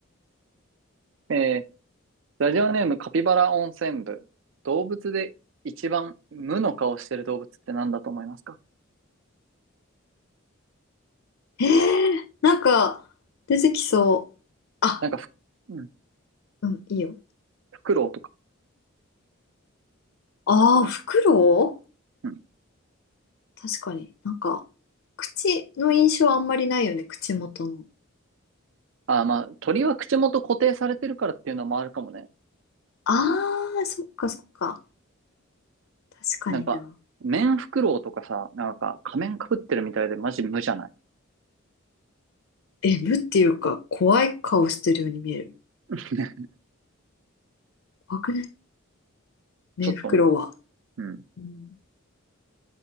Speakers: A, on the right; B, on the left.
A: んえー、ラジオネームカピバラ温泉部。動物で一番無の顔してる動物って何だと思いますか
B: えー、なんか、出てきそう。あ、
A: なんかふ、うん、
B: うん、いいよ。
A: フクロウとか。
B: ああ、フクロ
A: うん。
B: ウ確かに。なんか、口の印象あんまりないよね、口元の。
A: あー、まあ、鳥は口元固定されてるからっていうのもあるかもね。
B: ああ、そっかそっか。確かにな。
A: なんか、面フクロウとかさ、なんか仮面かぶってるみたいでマジ無じゃない
B: え、無っていうか、怖い顔してるように見える。
A: <laughs>
B: 怖くないメンフクロウは。
A: ちょっとね。うん。
B: うん